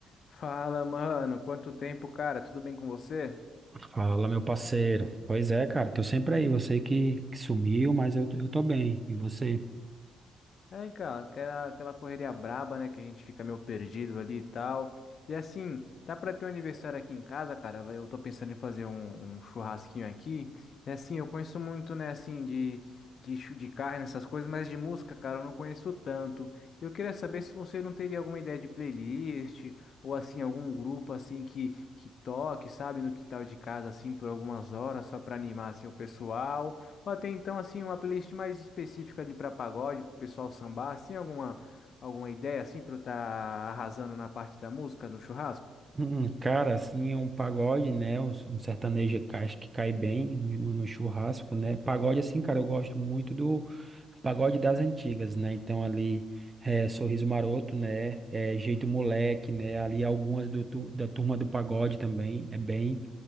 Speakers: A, on the left (about 55°); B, on the right (about 25°).
A: Fala, mano. Quanto tempo, cara? Tudo bem com você?
B: Fala, meu parceiro. Pois é, cara, tô sempre aí. Você que, que sumiu, mas eu, eu tô bem. E você?
A: É, cara, aquela, aquela correria braba, né? Que a gente fica meio perdido ali e tal. E assim, tá pra ter um aniversário aqui em casa, cara. vai- Eu tô pensando em fazer um, um churrasquinho aqui. E assim, eu conheço muito, né? Assim, de, de, chu- de carne, essas coisas, mas de música, cara, eu não conheço tanto. Eu queria saber se você não teria alguma ideia de playlist ou assim, algum grupo assim que, que toque, sabe, no quintal de casa, assim, por algumas horas, só pra animar assim o pessoal. Ou até então, assim, uma playlist mais específica ali para pagode, para o pessoal sambar, assim, alguma, alguma ideia, assim, para eu estar arrasando na parte da música, no churrasco?
B: Hum, cara, assim, um pagode, né? Um, um sertanejo que acho que cai bem no, no- no churrasco, né? Pagode, assim, cara, eu gosto muito do pagode das antigas, né? Então, ali, é, Sorriso Maroto, né? É, Jeito Moleque, né? Ali, algumas do, tu- da turma do pagode também, é bem,